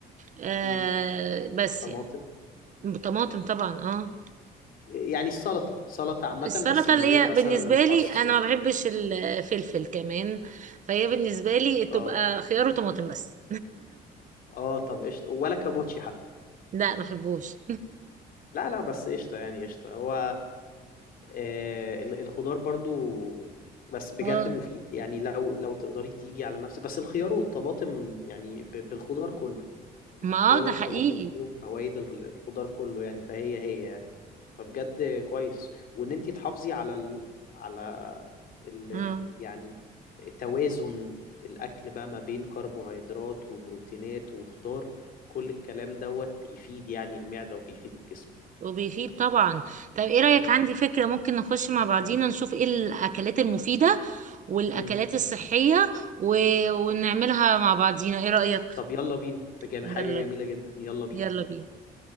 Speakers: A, on the right; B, on the left.
A: آه
B: مم.
A: بس
B: طماطم
A: يعني طماطم طبعا اه
B: يعني السلطة سلطة عامة
A: السلطة
B: بس من
A: اللي
B: غير
A: هي
B: مثلا
A: بالنسبة
B: الخس
A: لي أنا
B: وال...
A: ما بحبش الفلفل كمان فهي بالنسبة لي تبقى
B: اه
A: خيار وطماطم بس
B: اه طب قشطة ولا كابوتشي حتى
A: لا ما بحبوش
B: لا لا بس قشطة يعني قشطة هو آه ال- الخضار برضو بس بجد
A: اه
B: مفيد يعني لو لو تقدري تيجي على نفسك بس الخيار والطماطم يعني ب- بالخضار كله
A: ما
B: الخيار
A: آه
B: والطماطم
A: ده حقيقي
B: فيهم فوائد ال- الخضار كله يعني فهي هي يعني فبجد كويس وان انت تحافظي على ال... على ال...
A: اه
B: ال- يعني توازن الاكل بقى ما بين كربوهيدرات وبروتينات وخضار كل الكلام دوت بيفيد يعني المعدة وبيفيد الجسم
A: وبيفيد طبعا طب ايه رأيك
B: مم.
A: عندي فكرة ممكن نخش مع بعضينا
B: مم.
A: نشوف ايه الأكلات المفيدة والأكلات
B: مم.
A: الصحية و... ونعملها مع بعضينا ايه رأيك
B: طب يلا بينا جم-
A: يلا
B: حاجة جميلة
A: بي-
B: جدا يلا بينا
A: يلا بينا